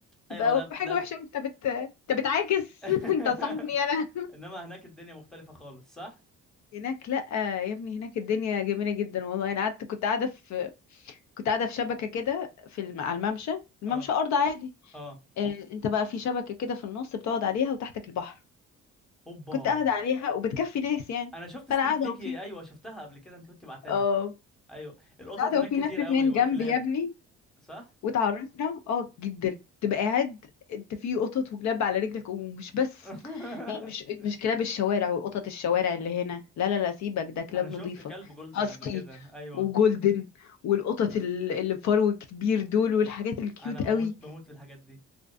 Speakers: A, in the centre; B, on the left.
A: ايوه
B: يبقى
A: ده
B: حاجة
A: ده
B: وحشة انت بت انت بتعاكس
A: <laughs>
B: <laughs> انت صاحبني انا
A: انما هناك الدنيا مختلفة خالص صح
B: هناك لا يا ابني هناك الدنيا جميلة جدا والله انا قعدت كنت قاعدة في كنت قاعدة في شبكة كده في الم... على الممشى الممشى
A: اه
B: ارض عادي
A: اه
B: آه، انت بقى في شبكة كده في النص بتقعد عليها وتحتك البحر
A: اوبا
B: كنت قاعدة عليها وبتكفي ناس يعني
A: انا شفت ستريك
B: فانا قاعدة
A: ليكي
B: وفي
A: ايوه شفتها قبل كده انت كنت بعتها
B: اه
A: ايوه القطط
B: كنت قاعدة
A: هناك
B: وفي
A: كتير
B: ناس اتنين
A: قوي والكلاب
B: جنبي يا ابني
A: صح
B: وتعرفنا اه جدا تبقى قاعد انت في قطط وكلاب على رجلك ومش بس
A: <laughs>
B: يعني مش مش كلاب الشوارع وقطط الشوارع اللي هنا لا لا لا سيبك ده كلاب
A: انا شفت
B: نظيفة
A: كلب جولدن
B: هاسكي
A: قبل كده ايوه
B: وجولدن والقطط ال- اللي بفرو كبير دول والحاجات الكيوت
A: انا بموت
B: قوي
A: بموت في الحاجات دي